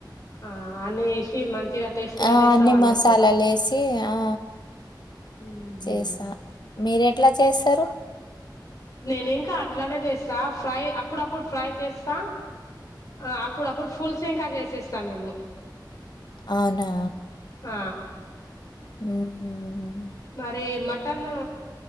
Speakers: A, on the left (about 45°); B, on the left (about 65°).
A: ఆ అన్ని ఏషి మంచిగా టేస్టీగా
B: ఆ
A: చేస్తవన్నట్టు.
B: అన్ని మసాలాలు ఏసి ఆ
A: ఊహూ
B: చేస్తా మీరెట్లా చేస్తారు
A: నేనింకా అట్లనే జేస్తా ఫ్రై అప్పుడప్పుడు ఫ్రై చేస్తా ఆ అప్పుడప్పుడు ఫుల్ సు ప్ ఇంకా జేసేస్తా నేను.
B: అవునా.
A: ఆ
B: మ్మ్ మ్మ్ మ్మ్
A: మరి మటనూ